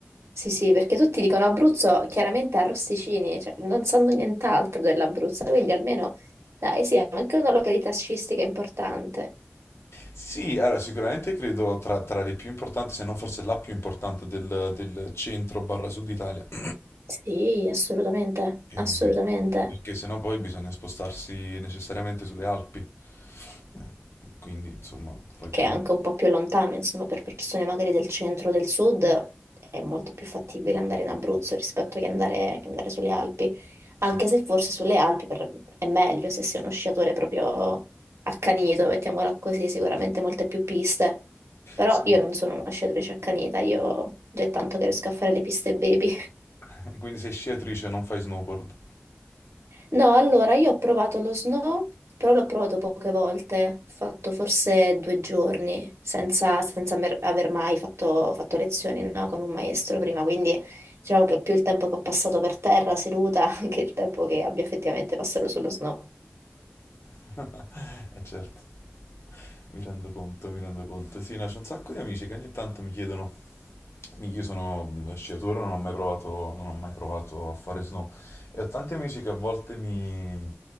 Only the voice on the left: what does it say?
Sì, allora, sicuramente credo tra, tra le più importanti, se non forse la più importante del, del centro barra sud Italia. <clears throat>
Eh,
perché sennò poi bisogna spostarsi necessariamente sulle Alpi. Eh, Quindi, insomma, poi
credo.
Sì.
Sì.
<laughs> Quindi sei sciatrice, non fai snowboard.
<laughs> Eh certo, mi rendo conto, mi rendo conto. Sì, no, c'è un sacco di amici che ogni tanto mi chiedono, Io sono uno sciatore, non ho mai provato, non ho mai provato a fare snow e ho tanti amici che a volte mi,